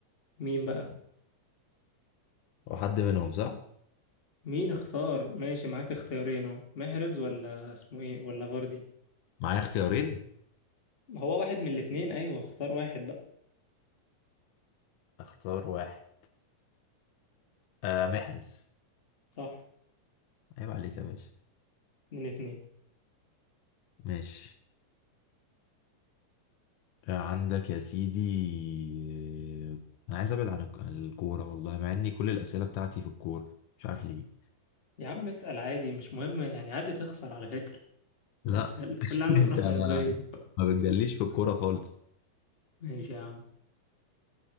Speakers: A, on the left; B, on the left.
A: مين بقى
B: وحد منهم صح؟
A: مين اختار ماشي معاك اختيارين اهو محرز ولا اسمه ايه ولا فاردي
B: معايا اختيارين
A: ما هو واحد من الاتنين ايوه اختار واحد بقى
B: اختار واحد آه محرز
A: صح
B: عيب عليك يا باشا
A: من اتنين
B: ماشي آه، عندك يا سيدي آه، انا عايز ابعد عن الك- عن الكوره والله مع اني كل الاسئله بتاعتي في الكوره مش عارف ليه
A: يا عم اسأل عادي مش مهم يعني عادي تخسر على فكرة
B: لا
A: خلي, خلي
B: <laughs>
A: عندك
B: انت
A: روح رياضية
B: ما بتجليش في الكوره خالص
A: <laughs> ماشي يا عم